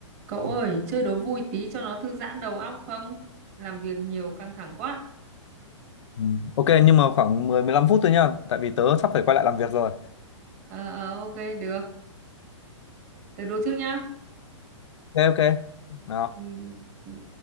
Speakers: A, on the right (about 30°); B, on the left (about 65°).
A: Cậu ơi, chơi đố vui tí cho nó thư giãn đầu óc không? Làm việc nhiều căng thẳng quá.
B: Ừ. Ok nhưng mà khoảng mười mười 15 phút thôi nhá, tại vì tớ sắp phải quay lại làm việc rồi.
A: Ờ, ờ, ok, được. Tớ đố trước nhá.
B: Ok ok. Nào.
A: Ừ, ừ,